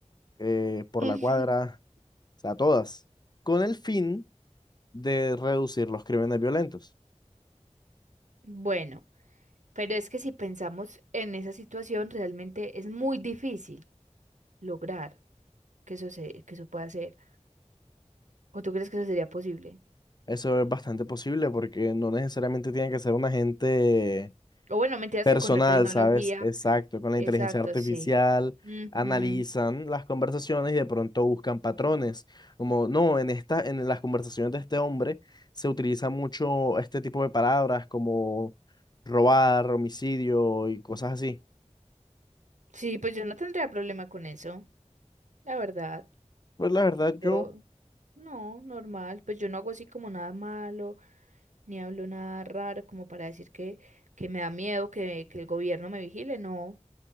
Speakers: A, on the left; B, on the right.
A: eh, por
B: <laughs>
A: la cuadra, o sea, a todas, con el fin de reducir los crímenes violentos.
B: Bueno, pero es que si pensamos en esa situación, realmente es muy difícil lograr que eso se, que eso pueda ser. ¿O tú crees que eso sería posible?
A: Eso es bastante posible porque no necesariamente tiene que ser un agente
B: O bueno, mentiras
A: personal,
B: que con la tecnología.
A: ¿sabes? Exacto, con la
B: Exacto,
A: inteligencia artificial
B: sí. Ujú.
A: analizan las conversaciones y de pronto buscan patrones, como no, en esta, en las conversaciones de este hombre se utiliza mucho este tipo de palabras como robar, homicidio y cosas así.
B: Sí, pues yo no tendría problema con eso, la verdad.
A: Pues la verdad yo,
B: Yo, no, normal, pues yo no hago así como nada malo, ni hablo nada raro como para decir que, que me da miedo que, que el gobierno me vigile, no,